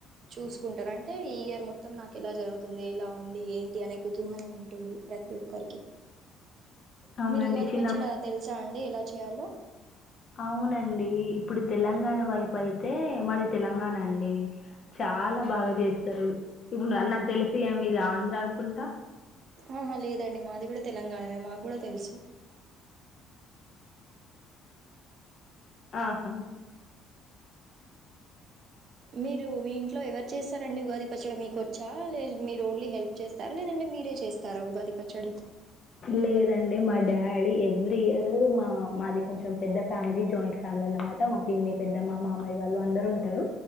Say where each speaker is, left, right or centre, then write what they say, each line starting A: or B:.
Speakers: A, on the right (about 55°); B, on the left (about 50°).
A: చూసుకుంటారు అంటే ఈ ఇయర్ మొత్తం నాకు ఎలా జరుగుతుంది ఎలా ఉంది ఏంటి అనే కుతూహలం ఉంటుంది ప్రతి ఒక్కరికి
B: అవునండి.
A: మీరు ఉగాది
B: చిన్న
A: పచ్చడా తెల్సా అం డి అంటే ఎలా చేయాలో
B: అవునండి ఇప్పుడు తెలంగాణ వైపు అయితే మాది తెలంగాణ అండి చాలా బాగా చేస్తారు ఇప్పుడు నాకు తెలిసి మీది ఆంధ్ర అనుకుంటా.
A: ఆహా లేదండి మాది కూడా తెలంగాణనే మాకు కూడా తెలుసు
B: ఆహా
A: మీరు మీ ఇంట్లో ఎవరు చేస్తారండి ఉగాది పచ్చడ మీకు వచ్చా లే మీరు ఓన్లీ హెల్ప్ చేస్తార లేదంటే మీరే చేస్తా తారా ఉగాది పచ్చడి
B: లేదండి మా డాడీ ఎవ్రీ ఇయరు మా మాది కొంచెం పెద్ద ఫ్యామిలీ జాయింట్ ఫ్యామిలీ అన్నమాట మా పిన్ని పెద్దమ్మ మామయ్యా వాళ్ళు అందరు ఉంటారు